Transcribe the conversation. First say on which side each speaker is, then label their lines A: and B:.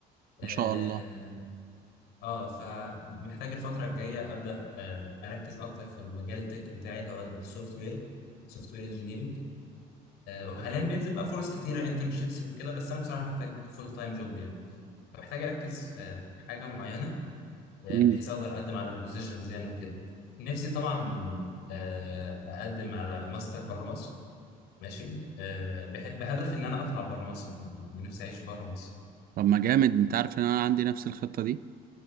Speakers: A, on the left; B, on the right.
A: اه,
B: ما شاء الله
A: آه فمحتاج الفتره الجايه ابدا آه اركز اكتر في المجال التك بتاعي اللي هو السوفت وير سوفت وير انجينيرنج وحاليا بينزل بقى فرص كتيره انترنشيبس وكده بس انا بصراحه محتاج فول تايم جوب يعني فمحتاج اركز في حاجه معينه آه،
B: مم.
A: بحيث اقدر اقدم على البوزيشنز يعني وكده نفسي طبعا آه، اقدم على ماستر بره مصر ماشي آه، بح- بهدف ان انا اطلع بره مصر محمود. نفسي اعيش بره مصر
B: طب ما جامد انت عارف ان انا عندي نفس الخطة دي